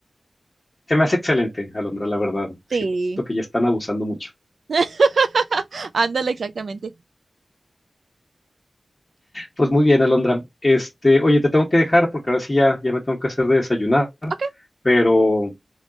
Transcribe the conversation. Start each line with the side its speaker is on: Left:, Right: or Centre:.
Left: se me hace excelente, Alondra, la verdad.
Right: Sí.
Left: Siento que ya están abusando mucho.
Right: <laughs> Ándale, exactamente.
Left: Pues muy bien, Alondra. Este, oye, te tengo que dejar porque ahora sí ya, ya me tengo que hacer de desayunar,
Right: Ok,
Left: pero